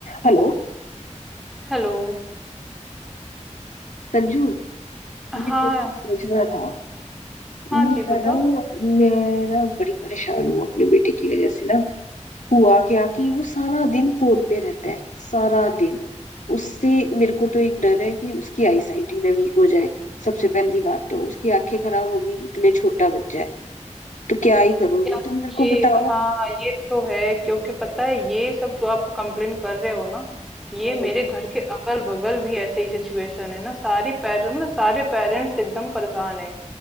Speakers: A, on the left; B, in the centre.
A: Hello
B: Hello
A: Sanju
B: हाँ
A: मेरे को ना कुछ पूछना
B: बताओ
A: था
B: हाँ
A: मेरा
B: जी बताओ
A: ना मैं ना बड़ी परेशान हूँ अपने बेटे की वजह से ना हुआ क्या कि वो सारा दिन फोन पे रहता है सारा दिन उससे मेरे को तो एक डर है कि उसकी आईसाइट ही ना वीक हो जाए सबसे पहली बात तो उसकी आंखें खराब होगी इतने छोटा बच्चा है तो क्या ही करूंगी
B: यार
A: तुम मेरे को
B: ये
A: बताओ
B: हाँ ये तो है क्योंकि पता है ये सब जो आप कंप्लेन कर रहे हो ना ये
A: हाँ,
B: मेरे घर के अगल बगल भी ऐसे ही सिचुएशन है ना सारी पेरेंट मतलब सारे पेरेंट्स एकदम परेशान है